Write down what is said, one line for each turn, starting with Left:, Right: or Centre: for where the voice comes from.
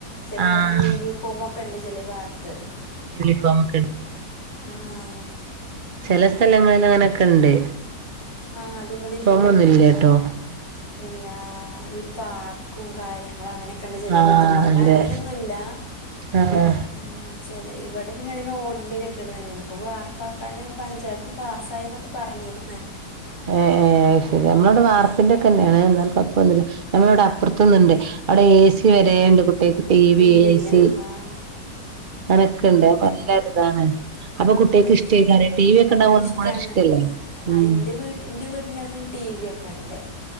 Left: ചില
Right: ആഹ്
Left: യൂണിഫോമക്കെ ഇണ്ട് ചെലഭാത്ത്
Right: <unintelligible>
Left: ആഹ
Right: ചെല സ്ഥലങ്ങളിൽ അങ്ങനൊക്കെ ഇണ്ട്.
Left: ആഹ് അതെ പോലെ
Right: ഇവിടെന്ന്ല്ലട്ടോ
Left: ഇല്ല്ലാ ഈ പാർക്കും കാര്യങ്ങളു അങ്ങനെ ക്കെണ്ട് ചെലപകത്തൊക്കെ
Right: ആഹ്
Left: ഇവിടങ്ങനെയൊന്നുല്ല
Right: അതെ ആഹ്
Left: ആ ചെല ഇവിടെ പിന്നെ അ ഓടിന്റെ കെട്ടിടം തന്നെ ഇ്ഞിപ്പ വാർപ്പാക്കാന് പഞ്ചായത്ത് പാസായിന്നൊക്കെ പറഞ്ഞിര്ന്ന്
Right: എ ഏഹ് ശരി നമ്മളവിടെ വാർപ്പിന്റെഒക്കെന്നെയാണ് എന്നാല കൊയപൊന്നില്ല ഞമ്മളവിടെ അപ്പുറത്തൊന്നുണ്ട്. അവിടെ ഏസി വരേണ്ട് കുട്ടികക്ക് ടി വി
Left: ഇണ്ടില്ല
Right: ഏസി
Left: ആഹ്
Right: അങ്ങനൊക്കെണ്ട്
Left: അങ്ങനൊക്കെ
Right: അപ്പൊ നല്ലൊര്താണ് അപ്പ
Left: ആഹ്
Right: കുട്ടിയക്ക് ഇഷ്ടയ്ക്കാര ടി വി യൊക്കെണ്ടാവുമ്പോ ഒന്നും
Left: ഇഷ്ടാണ്
Right: കൂടെ ഒരു ഇഷ്ടല്ലേ
Left: ആഹ്
Right: ഉം
Left: ഇന്റെ വീട്ട് ഇന്റെ വീടിന്റ അവിടൊരു ടി വി ഒക്കെ ഇണ്ട്